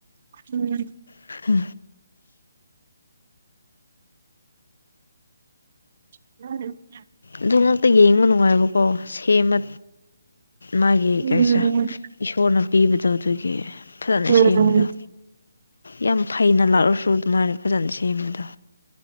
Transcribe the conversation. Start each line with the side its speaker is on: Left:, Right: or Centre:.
Right: ꯎꯝ
Left: ꯍꯥ
Right: <unintelligible>
Left: ꯑꯗꯨ ꯉꯥꯛꯇ ꯌꯦꯡꯕ ꯅꯨꯡꯉꯥꯏꯕꯀꯣ ꯁꯦꯝꯃ ꯃꯥꯒꯤ
Right: ꯎꯝ
Left: ꯀꯔꯤꯁꯦ ꯏꯁꯣꯔꯅ ꯄꯤꯕꯗꯣ ꯑꯗꯨꯒꯤ ꯐꯖꯅ
Right: ꯎꯝ
Left: ꯁꯦꯝꯕꯗꯣ ꯌꯥꯝ ꯐꯩꯅ ꯂꯥꯛꯂꯁꯨ ꯑꯗꯨꯃꯥꯏꯅ ꯐꯖꯅ ꯁꯦꯝꯕꯗꯣ